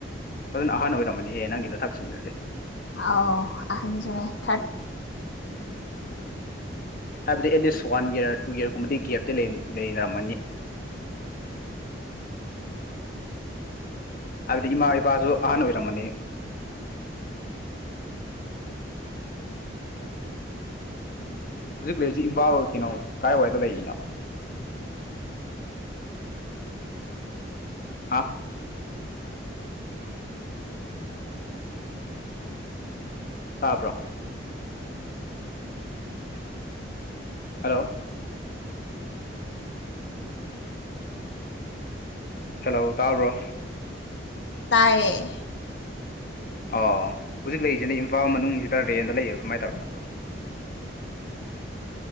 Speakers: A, on the left; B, on the left.
A: ꯐꯖꯅ ꯑꯍꯟ ꯑꯣꯏꯔꯝꯃꯅꯤꯍꯦ ꯅꯪꯒꯤ ꯅꯊꯛꯁꯤꯡꯗꯨꯗꯤ꯫
B: ꯑꯥꯎ ꯑꯍꯟ ꯁꯨꯔꯦ ꯊꯥꯔꯗ
A: ꯍꯥꯏꯕꯗꯤ at list one year two ꯌꯔꯒꯨꯝꯕꯗꯤ ꯒꯦꯞꯇꯤ ꯂꯩꯔ ꯂꯩꯅꯔꯝꯃꯅꯤ꯫ ꯍꯥꯏꯕꯗꯤ ꯏꯃꯥ ꯏꯄꯥꯁꯨ ꯑꯍꯟ ꯑꯣꯏꯔꯝꯃꯅꯤ꯫ ꯍꯧꯖꯤꯛ ꯂꯩꯔꯤꯁꯤ ꯏꯝꯐꯥꯜ ꯀꯩꯅꯣ ꯀꯥꯏꯋꯥꯏꯗ ꯂꯩꯔꯤꯅꯣ꯫ ꯍꯥ ꯇꯥꯕ꯭ꯔꯣ ꯍꯜꯂꯣ ꯍꯦꯜꯂꯣ ꯇꯥꯕ꯭ꯔꯣ
B: ꯇꯥꯏꯌꯦ
A: ꯑꯣ ꯍꯨꯖꯤꯛ ꯂꯩꯔꯤꯁꯤꯅ ꯏꯝꯐꯥꯜ ꯃꯅꯨꯡꯁꯤꯗ ꯔꯦꯟꯗ ꯂꯩꯔꯤꯔꯥ ꯀꯃꯥꯏ ꯇꯧꯔꯤꯅꯣꯕ꯫